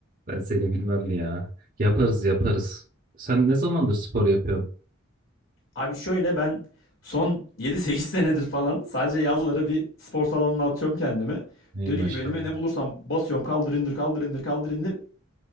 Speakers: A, on the right; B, on the left.
A: Ben seni bilmem ya. Yaparız yaparız. Sen ne zamandır spor yapıyorsun?
B: Abi şöyle ben son yedi sekiz <laughs> senedir falan sadece yazları bir spor salonuna atıyorum kendimi.
A: Ey
B: Deli
A: maşallah.
B: gibi elime ne bulursam basıyorum kaldır indir kaldır indir kaldır indir.